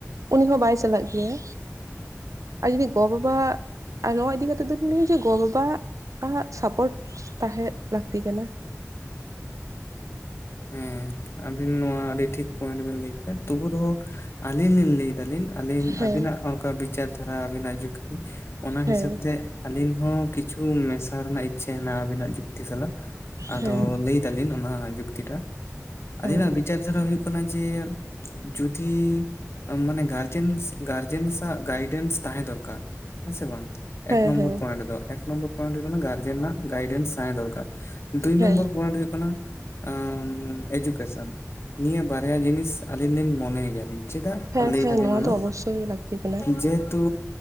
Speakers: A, on the right; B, on the left.
A: ᱩᱱᱤ ᱦᱚᱸ ᱵᱟᱭ ᱪᱟᱞᱟᱜ ᱜᱮᱭᱟ ᱟᱨ ᱡᱩᱫᱤ ᱜᱚ-ᱵᱟᱵᱟ ᱟᱨ ᱱᱚᱣᱟ ᱤᱫᱤ ᱠᱟᱛᱮᱜ ᱫᱚᱧ ᱞᱟᱹᱭᱟ ᱡᱮ ᱜᱚ-ᱵᱟᱵᱟ ᱟᱜ ᱥᱟᱯᱚᱨᱴ ᱛᱟᱦᱮᱸᱫ ᱞᱟᱹᱠᱛᱤ ᱠᱟᱱᱟ
B: ᱦᱮᱸ ᱟᱵᱤᱱ ᱱᱚᱶᱟ ᱟᱹᱰᱤ ᱴᱷᱤᱠ ᱯᱚᱤᱱᱴ ᱵᱤᱱ ᱞᱟᱹᱭ ᱠᱮᱜ-ᱟ ᱛᱚᱵᱩ ᱨᱚᱦᱚᱸ ᱟᱹᱞᱤᱧ ᱞᱤᱧ ᱞᱟᱹᱭᱫᱟ ᱞᱤᱧ ᱟᱹᱞᱤᱧ
A: ᱦᱮᱸ
B: ᱟᱹᱵᱤᱱᱟᱜ ᱚᱱᱠᱟ ᱵᱤᱪᱟᱨ ᱫᱷᱟᱨᱟ ᱟᱹᱵᱤᱱᱟᱜ ᱡᱩᱠᱛᱤ ᱚᱱᱟ
A: ᱦᱮᱸ
B: ᱦᱤᱥᱟᱹᱵ ᱛᱮ ᱟᱹᱞᱤᱧ ᱦᱚᱸ ᱠᱤᱪᱷᱩ ᱢᱮᱥᱟ ᱨᱮᱱᱟᱜ ᱤᱪᱪᱟᱹ ᱦᱮᱱᱟᱜᱼᱟ ᱟᱵᱤᱱᱟᱜ ᱡᱩᱠᱛᱤ ᱥᱟᱞᱟᱜ ᱟᱫᱚ
A: ᱦᱮᱸ
B: ᱞᱟᱹᱭ ᱫᱟᱜ ᱞᱤᱱ ᱚᱱᱟ ᱡᱩᱠᱛᱤ ᱴᱟᱜ
A: ᱦᱮᱸ
B: ᱟᱹᱞᱤᱧᱱᱟᱜ ᱵᱤᱪᱟ. ᱨ ᱵᱤᱪᱟ. ᱨ ᱦᱩᱭᱩᱜ ᱠᱟᱱᱟ ᱡᱮ ᱡᱩᱫᱤ ᱢᱟᱱᱮ ᱜᱟᱨᱡᱮᱱ ᱥ.. ᱜᱟᱨᱡᱮᱱᱥ ᱟᱜ ᱜᱟᱭᱰᱮᱱᱥ ᱛᱟᱦᱮᱸ ᱫᱚᱨᱠᱟᱨ ᱦᱮᱸ ᱥᱮ ᱵᱟᱝ
A: ᱦᱮᱸ
B: ᱮᱠ ᱱᱚᱢᱵᱚᱨ
A: ᱦᱮᱸ
B: ᱯᱚᱤᱱᱴ ᱫᱚ‌ ᱮᱠ ᱱᱚᱢᱵᱚᱨ ᱯᱚᱤᱱᱴ ᱫᱚ ᱦᱩᱭᱩᱜ ᱠᱟᱱᱟ ᱜᱟᱨᱡᱮᱱ ᱟᱜ ᱜᱟᱭᱰᱮᱱᱥ ᱛᱟᱦᱮᱱ ᱫᱚᱨᱠᱟᱨ ᱫᱩᱭ ᱱᱚᱢᱵᱚᱨ
A: ᱦᱮᱸ
B: ᱯᱚᱤᱱᱴ ᱦᱩᱭᱩᱜ ᱠᱟᱱᱟ ᱟᱸᱻ ᱮᱡᱩᱠᱮᱥᱚᱱ ᱱᱤᱭᱟᱹ ᱵᱟᱨᱭᱟ ᱡᱤᱱᱤᱥ ᱟᱹᱞᱤᱧ ᱞᱤᱧ ᱢᱚᱱᱮ ᱜᱮᱭᱟᱞᱤᱧ ᱪᱮᱫᱟᱜ
A: ᱦᱮᱸ
B: ᱞᱟᱹᱭ
A: ᱦᱮᱸ
B: ᱮᱫᱟᱞᱤᱧ
A: ᱱᱚᱣᱟ
B: ᱢᱟᱱᱮ
A: ᱫᱚ ᱚᱵᱚᱥᱥᱳᱭ ᱞᱟᱹᱠᱛᱤ ᱠᱟᱱᱟ
B: ᱡᱮᱦᱮᱛᱩ